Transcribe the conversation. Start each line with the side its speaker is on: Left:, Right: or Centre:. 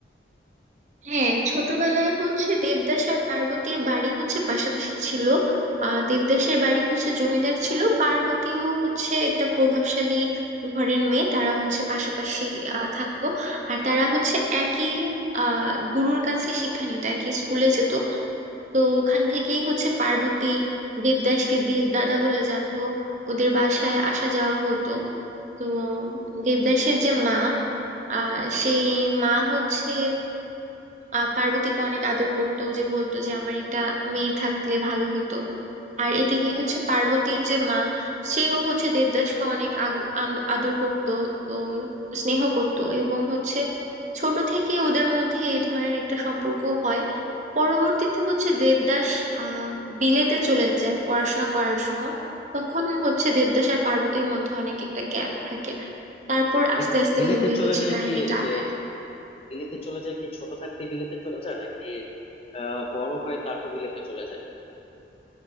Right: হ্যাঁ ছোটবেলায় হচ্ছে দেবদাস আর পার্বতীর বাড়ি হচ্ছে পাশাপাশি ছিল আহ দেবদাসের বাড়ি হচ্ছে জমিদার ছিল পার্বতীও হচ্ছে একটা প্রভাবশালী ঘরের মেয়ে তারা হচ্ছে পাশাপাশি আহ থাকতো আর তারা হচ্ছে একই আহ গুরুর কাছে শিক্ষা নিত একই স্কুলে যেত তো ওখান থেকেই হচ্ছে পার্বতী দেবদাসকে দেব দাদা বলে জানতো ওদের বাসায় আসা যাওয়া হতো তো দেবদাসের যে মা আহ সেই মা হচ্ছে আহ পার্বতীকে অনেক আদর করতো যে বলতো যে আমার একটা মেয়ে থাকলে ভালো হতো আর এদিকে হচ্ছে পার্বতীর যে মা সেও হচ্ছে দেবদাসকে অনেক আগু- আন্দ- আদর করতো তো স্নেহ করতো এবং হচ্ছে ছোট থেকে ওদের মধ্যে এই ধরনের একটা সম্পর্ক হয় পরবর্তীতে হচ্ছে দেবদাস আহ বিলেতে চলে যায় পড়াশোনা করার জন্য তখন হচ্ছে দেবদাস আর পার্বতীর মধ্যে অনেক একটা গ্যাপ থাকে তারপর
Left: বি-
Right: আস্তে আস্তে
Left: বিলেতে
Right: মুভি
Left: চলে
Right: হচ্ছে
Left: যায়
Right: কাহিনীটা
Left: কি যে
Right: আগায়
Left: বিলেতে চলে যায় কি ছোট থাকতে বিলেতে চলে যায় নাকি আহ বড় হয়ে তারপর বিলেতে চলে যায়